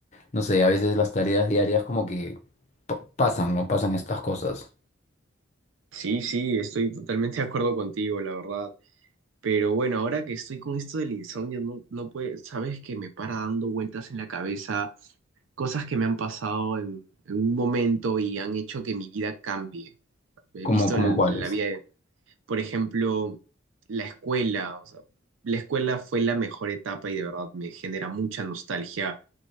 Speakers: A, on the left; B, on the right.
A: No sé, a veces las tareas diarias como que pa- pasan, ¿no? Pasan estas cosas.
B: Sí, sí, estoy totalmente de acuerdo contigo, la verdad. Pero bueno, ahora que estoy con esto del insomnio, no, no puede, sabes que me para dando vueltas en la cabeza cosas que me han pasado en, en un momento y han hecho que mi vida cambie. He
A: ¿Como,
B: visto
A: como
B: el-
A: cuáles?
B: la vida, de- por ejemplo, la escuela, o sea, la escuela fue la mejor etapa y de verdad me genera mucha nostalgia